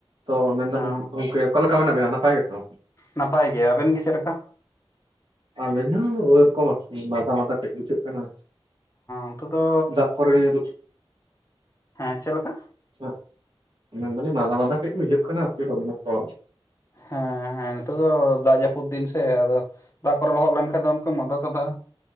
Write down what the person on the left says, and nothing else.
ᱚᱸ
ᱱᱟᱯᱟᱭ ᱜᱮ ᱟᱵᱤᱱ ᱜᱮ ᱪᱮᱫ ᱞᱮᱠᱟ
ᱱᱤᱛ ᱫᱚ
ᱦᱮᱸ ᱪᱮᱫ ᱞᱮᱠᱟ
ᱦᱮᱸ ᱦᱮᱸ ᱱᱤᱛᱚᱜ ᱫᱚ ᱫᱟ ᱡᱟᱹᱯᱩᱫ ᱫᱤᱱ ᱥᱮ ᱟᱫᱚ ᱫᱟᱜ ᱠᱚᱨᱮ ᱞᱚᱦᱚᱜ ᱞᱮᱱᱠᱷᱟᱱ ᱫᱚ ᱚᱱᱠᱟ ᱢᱟᱫᱟ ᱛᱟᱫᱟ